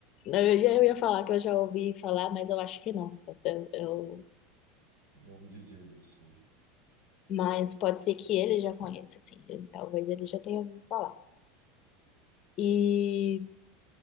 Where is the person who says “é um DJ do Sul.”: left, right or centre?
Right